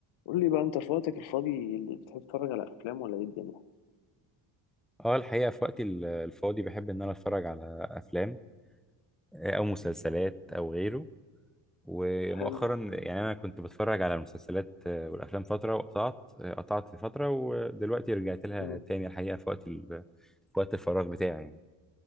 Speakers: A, on the left (about 70°); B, in the centre.
A: قول لي بقى انت في وقتك الفاضي اللي بتحب تتفرج على افلام ولا ايه الدنيا
B: اه الحقيقة في وقتي ال- الفاضي بحب ان انا اتفرج على افلام آه، او مسلسلات او غيره ومؤخرا
A: حلو
B: يعني انا كنت بتفرج على المسلسلات آه، والافلام فترة وقطعت آه، قطعت في فترة ودلوقتي رجعت لها
A: مم.
B: تاني الحقيقة في وقت ال... في وقت الفراغ بتاعي يعني